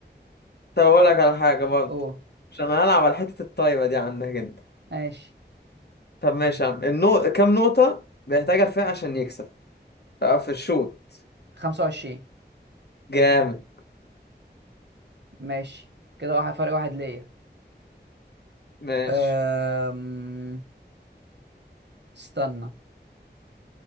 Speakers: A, on the left (about 65°); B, on the right (about 70°).
A: طب أقول لك على حاجة برضه
B: قول
A: عشان انا هلعب على حتة الطايرة دي عندك أنت
B: ماشي
A: طب ماشي يا عم النو... كام نقطة بيحتاجها الفريق عشان يكسب بقى في الشوط
B: 25
A: جامد
B: ماشي كده واحد فرق واحد ليا
A: ماشي
B: أم... استنى